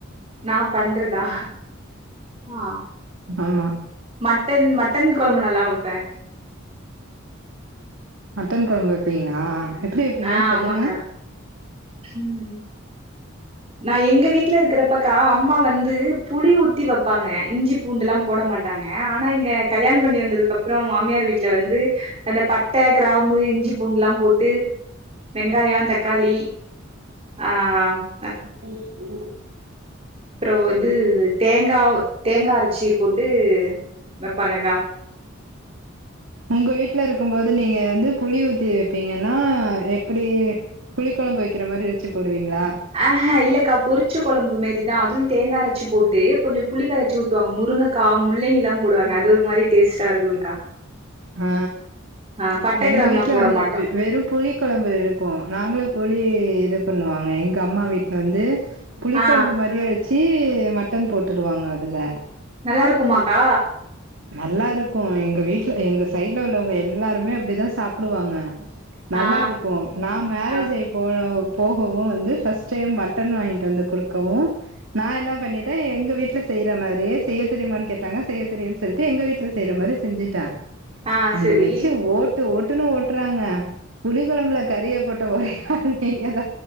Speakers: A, on the right; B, on the right.
A: நா பண்றதா ஆ
B: ஆமா
A: மட்டன் மட்டன் கொழம்பு நல்லா வப்ப
B: மட்டன் கொழம்பு வப்பீங்களா எப்டி வப்பீங்க
A: ஆ
B: சொல்லுங்க
A: ஆமாக்கா ம் நா எங்க வீட்ல இருக்றப்பக்கா அம்மா வந்து புளி ஊத்தி வப்பாங்க இஞ்சி பூண்டுலா போட மாட் டாங்க ஆனா இங்க கல்யாண பண்ணி வந்ததுக்கப்றோ மாமியார் வீட் ட்ல வந்து அந்த பட்ட க்ராம்பு இஞ்சி பூண்டுலா போட்டு வெங்காயொ தக்காளி ஆ ஆ
B: <inaudible>
A: ப்றோ இது தேங்காவு தேங்கா அரச்சி போட்டு வெப்பாங்ககா <inaudible>
B: உங்க வீட்ல இருக்கும்போது நீங்க வந்து புளி ஊத்தி வெப்பீங்கன்னா எப்டி புளிக் கொழம்பு வெக்கிற மாரி வெச்சு போடுவீங்ளா
A: ஆஹா இல்லக்கா பொறிச்ச கொழம்பு மேரிதா அதுவு தேங்கா அரச்சி போட்டு கொஞ்சொ புளிக்கரச்சு ஊத் துவாங்க முருங்கக்கா முள்ளங்கிலா போடுவாங்க அது ஒரு மாரி டேஸ்ட்டா இருக்குங்க்கா
B: ஆ
A: ஆ பட்ட
B: எங்க
A: கிராம்புல்லா
B: வீட்ல
A: போட
B: வந்து
A: மாட்டோ
B: வெ வெறு புளி கொழம்பு இருக்கூ நாங்களு புளி இது பண்ணுவாங்க எங்க அம்மா வீட்ல வந்து புளிக்
A: ஆ
B: கொழம்பு மாரியே வச்சி மட்டன் போட்டுடுவாங்க அதுல
A: நல்லாருக்குமாக்கா
B: நல்லாருக்கூ எங்க வீட்ல எங்க சைட்ல உள்ளவங்க எல்லாருமே அப்டிதா சாப்டுவாங்க நல்லாருக்கூ
A: ஆ
B: நா மேரேஜ்
A: ஆ
B: ஆயி போ போகவு வந்து ஃபஸ் டைம் மட்டன் வாங்கிட்டு வந்து குடுக்கவு நா என்ன பண்ணி த எங்க வீட்ல செய்ற மாரியே செய்ய தெரிமானு கேட்டாங்க செய்ய தெரியு சொல்ட்டு எங்க வீட்ல செய்ற மாரி செஞ்சுட்டே
A: ஆ
B: அங்க
A: செரி
B: வச்சு ஓட் ட்டு ஓட்டுன்னு ஓட்றாங்க புளி கொழம்புல கறியப்போட்ட ஒரே ஆள் தெரியாது